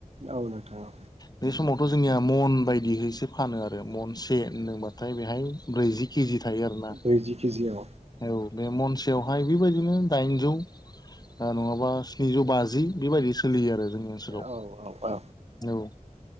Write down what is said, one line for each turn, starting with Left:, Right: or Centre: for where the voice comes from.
Right: औ नोंथां औ
Left: बे समावथ' जोंनिया मन बायदिहैसो फानो आरो महनसे होनदोंबाथाय बेहाय ब्रैजि केजि था थायो आरोना
Right: ब्रैजि केजियाव
Left: औ बे महनसेयावहाय बेबायदिनो दाइनजौ। ओ नङाबा स्निजौ बाजि बेबायदि सोलियो आरो। जोंनि ओनसोलाव
Right: औ औ औ
Left: औ